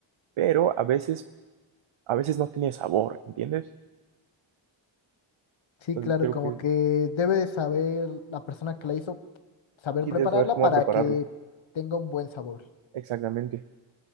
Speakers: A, on the right; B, on the left.
A: pero a veces, a veces no tiene sabor, ¿entiendes?
B: Sí,
A: Entonces
B: claro,
A: creo
B: como
A: que
B: que debe de saber la persona que la hizo, saber
A: sí
B: prepararla
A: debes saber cómo
B: para
A: prepararlo.
B: que tenga un buen sabor.
A: Exactamente.